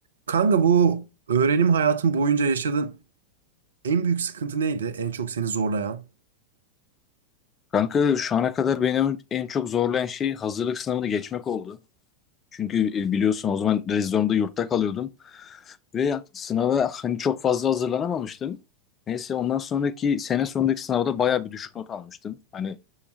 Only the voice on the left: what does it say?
Kanka şu ana kadar beni en çok zorlayan şey hazırlık sınavını geçmek oldu. Çünkü e, biliyorsun o zaman rezidorumda yurtta kalıyordum ve sınava hani çok fazla hazırlanamamıştım. Neyse ondan sonraki sene sonundaki sınavda bayağı bir düşük not almıştım. Hani